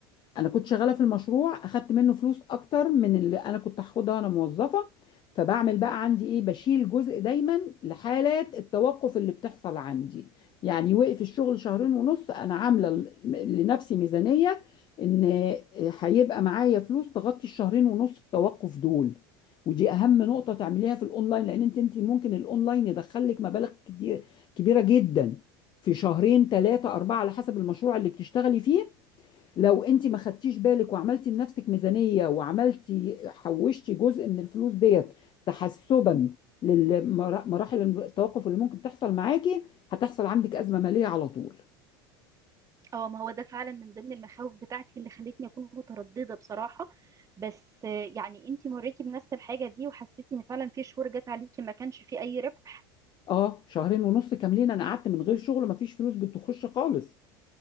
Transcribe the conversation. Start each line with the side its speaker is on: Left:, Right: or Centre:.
Left: انا كنت شغاله في المشروع اخدت منه فلوس اكتر من اللي انا كنت هاخدها وانا موظفه فبعمل بقى عندي ايه بشيل جزء دايما لحالات التوقف اللي بتحصل عندي يعني وقف الشغل شهرين ونص انا عامله ل- لنفسي ميزانيه ان هيبقى معايا فلوس تغطي الشهرين ونص التوقف دول ودي اهم نقطه تعمليها في الاونلاين لان انت انت ممكن الاونلاين يدخلك مبالغ كتير كبيره جدا في شهرين ثلاثه اربعه على حسب المشروع اللي بتشتغلي فيه لو انت ما خدتيش بالك وعملتي لنفسك ميزانية وعملتي حوشتي جزء من الفلوس ديت تحسبا لمراحل التوقف اللي ممكن تحصل معاكي هتحصل عندك أزمة مالية على طول
Right: اه ما هو ده فعلا من ضمن المخاوف بتاعتي اللي خلتني اكون متردده بصراحه بس آه، يعني انتي مريتي بنفس الحاجه دي وحسيتي ان فعلا في شهور جت عليكي ما كانش في اي ربح
Left: اه شهرين ونص كاملين انا قعدت من غير شغل مفيش فلوس بتخش خالص